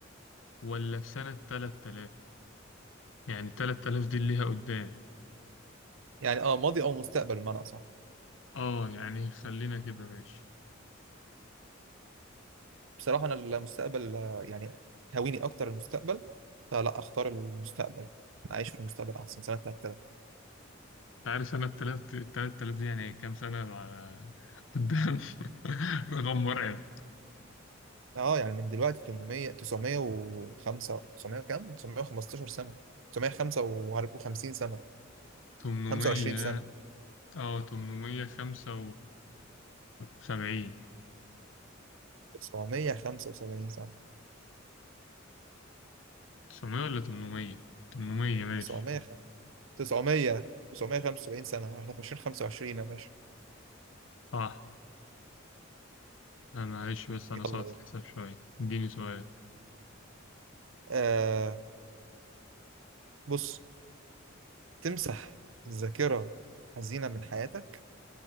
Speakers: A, on the left; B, on the right.
A: ولا في سنة 3000 يعني 3000 دي اللي ليها قدام
B: يعني اه ماضي او مستقبل بمعنى اصح
A: اه يعني خلينا كده ماشي
B: بصراحة انا المستقبل آه، يعني هويني اكتر المستقبل فلا اختار المستقبل اعيش في المستقبل احسن سنة 3000
A: انت عارف سنة 3000 دي 3000 دي يعني كام سنة على قدام <laughs> رقم مرعب
B: اه يعني من دلوقتي 800 905 900 كام 915 سنة 955 سنة
A: 800
B: 25 سنة
A: اه تمنمية خمسة وسبعين
B: 975 سنة
A: تسعمية ولا تمنمية تمنمية ماشي
B: 900 900 975 سنة احنا في 2025 يا باشا
A: صح آه معلش بس أنا
B: يلا
A: صارت
B: بينا
A: الحساب شوية اديني سؤال
B: آه بص تمسح ذاكرة حزينة من حياتك